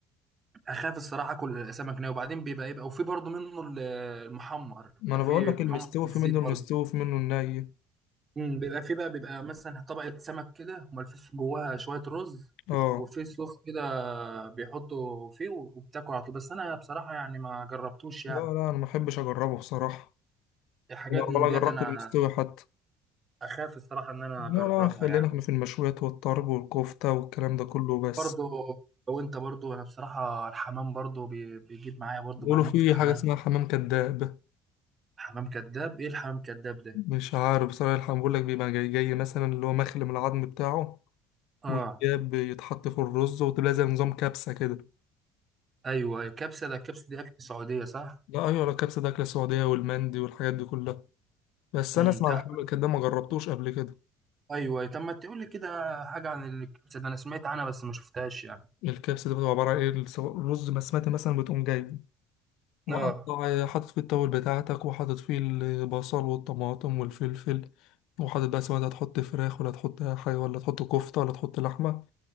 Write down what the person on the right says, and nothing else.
اخاف الصراحه اكل سمك ناي وبعدين بيبقى يبقى وفي برضه منه ال- المحمر
بيبقى
فيه
محمر
في الزيت
برضه
مم، بيبقى فيه بقى بيبقى مثلا طبقة سمك كده وملفوف جواها شوية رز
وفي صوص كده بيحطوا فيه وبتاكل على طول بس أنا بصراحة يعني ما جربتوش يعني
حاجات
من
ديت
أنا
أخاف الصراحة إن أنا أجربها
يعني
برضو وأنت برضو أنا بصراحة الحمام برضو بي- بيجيب معايا برضو
بموت
في الحمام
حمام كذاب إيه الحمام كذاب ده؟
آه
أيوه أيوه كبسة ده الكبسة دي أكل سعودية صح؟
امم
تق-
أيوه أيوه. طب ما تقول لي كده حاجة عن الكبسة ده أنا سمعت عنها بس ما شفتهاش يعني
اه